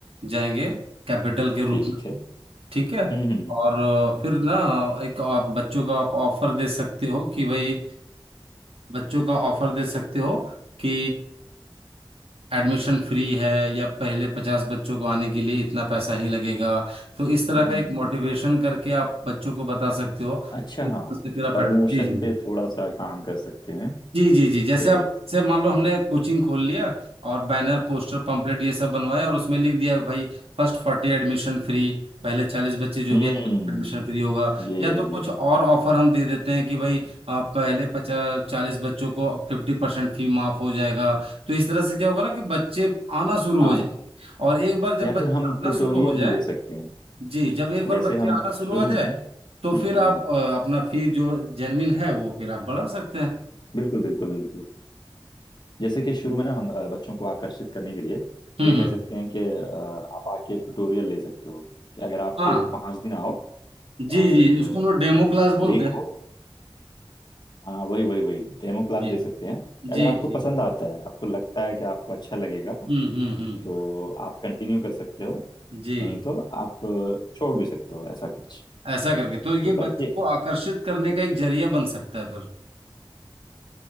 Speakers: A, on the right; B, on the left.
A: जाएंगे कैपिटल के रूप
B: ठीक है
A: ठीक
B: हम्म
A: है
B: हम्म
A: और अ, फिर ना एक आप बच्चों का आप ऑफर दे सकते हो कि भाई बच्चों का ऑफर दे सकते हो कि एडमिशन फ्री है या पहले पचास बच्चों को आने के लिए इतना पैसा ही लगेगा तो इस तरह
B: हम्म
A: का
B: हम्म,
A: एक
B: हम्म,
A: मोटिवेशन
B: हम्म।
A: करके आप बच्चों को बता सकते हो
B: अच्छा
A: तो
B: हाँ
A: फिर आप
B: प्रमोशन
A: एडमिशन
B: पे
A: जी
B: थोड़ा सा काम कर सकते हैं
A: जी जी जी जैसे
B: कि
A: आप जैसे मान लो हमने कोचिंग खोल लिया और बैनर पोस्टर पंपलेट ये सब बनवाया और उसमें लिख दिया भाई फर्स्ट फोर्टी एडमिशन फ्री पहले चालीस बच्चे जो
B: हम्म
A: भी एडमिशन फ्री होगा
B: ये
A: या तो कुछ
B: ये
A: और ऑफर हम दे देते हैं कि भाई आ, पहले पचास चालीस बच्चों को फिफ्टी परसेंट फी माफ हो जाएगा तो इस तरह से क्या होगा ना कि बच्चे आना शुरू
B: हाँ
A: हो जाएंगे और एक बार जब
B: या
A: बच्चे
B: फिर हम
A: आना
B: ट्यूटोरियल
A: शुरू हो जाए
B: भी दे सकते हैं
A: जी जब एक बार
B: जैसे
A: बच्चे
B: हम
A: आना शुरू
B: शुरू
A: हो जाए
B: में हम्म
A: तो फिर
B: हम्म,
A: आप
B: हम्म,
A: अ, अपना फी जो जेनविन है वो फिर आप बढ़ा सकते हैं
B: बिल्कुल बिल्कुल बिल्कुल जैसे कि शुरू में ना हम अ, बच्चों को आकर्षित करने के लिए
A: हम्म
B: ये कह
A: हम्म।
B: सकते हैं कि अ, आप आके ट्यूटोरियल ले सकते हो कि अगर आपको
A: हाँ
B: पाँच दिन आओ
A: जी
B: और
A: जी उसको हम
B: अ,
A: लोग डेमो क्लास बोलते
B: देखो
A: हैं
B: हाँ वही वही वही डेमो क्लास
A: जी
B: दे सकते हैं अगर
A: जी
B: आपको
A: जी
B: पसंद आता है आपको लगता है कि आपको अच्छा लगेगा
A: हम्म हम्म हम्म
B: तो आप कंटिन्यू कर सकते हो
A: जी
B: नहीं तो आप अ, छोड़ भी सकते हो ऐसा कुछ
A: ऐसा करके तो ये
B: तो बच्चे
A: बच्चों को आकर्षित करने का एक जरिया बन सकता है